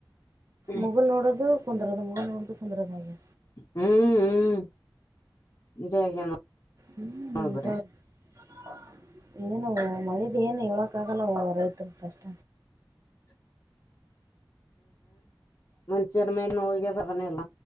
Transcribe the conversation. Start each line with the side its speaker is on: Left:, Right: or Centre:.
Left: ಹ್ಮ್
Right: ಮುಗುಲ್ ನೋಡದು ಕುಂದ್ರದು- ಮುಗುಲ್ ನೋಡುದು, ಪಂದ್ರದಾಗದ.
Left: ಹ್ಮ್, ಹ್ಮ್ ಇದೆ ಹಾಗಿದೆ ನೋಡ್,
Right: ಹ್ಮ್ಮ
Left: ಬರೀ
Right: ಸ <inaudible> ಏನವ ಮಳಿದ ಏನು ಹೇಳಕ್ಕ ಆಗಲ್ಲ ರೈತರು ಕಷ್ಟ
Left: <inaudible> <unintelligible> ಮನ ಚರಮೇ ನೋವಗೆಾ ಪನ್ನೇಲ್ಲ